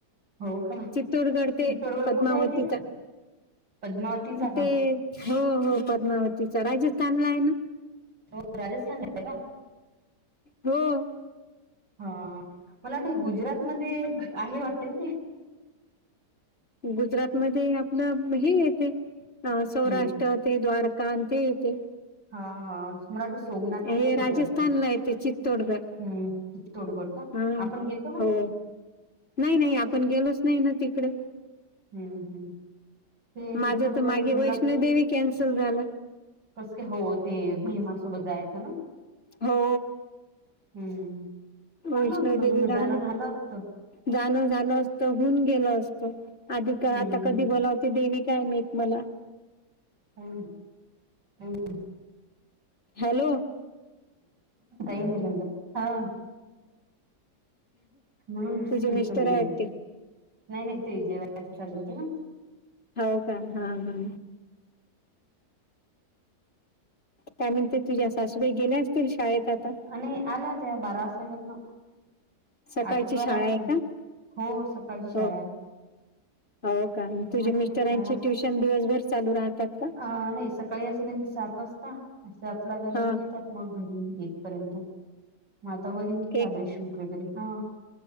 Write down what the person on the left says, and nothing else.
चित्तोडगड
ते पद्मावतीच्या
ते हो हो पद्मावतीचा राजस्थानला हाय ना
हो.
गुजरातमध्ये आपलं हे येते
सौराष्ट्रात ते द्वारका ते त.
हे
राजस्थानला
येते चित्तोडगड
हा
हो नाही नाही आपण गेलोच नाही ना तिकडे.
माझं
तर मागे वैष्णोदेवी
कॅन्सल झाला
हो.
वैष्णोदेवी
राहिलं
जाणं झालं असत होऊन गेल असत. आधी का
आता
कधी बोलावते देवी काय नाहीत मला.
हॅलो.
तुझे
मिस्टर
आहे
वाटते
हो का हा हा. त्यानंतर तुझ्या सासूबाई गेल्या असतील शाळेत. आता
सकाळची
शाळा
आहे का
हो हो का आणि
तुझ्या मिस्टरांची
ट्युशन दिवसभर चालू राहतात का
हा
एक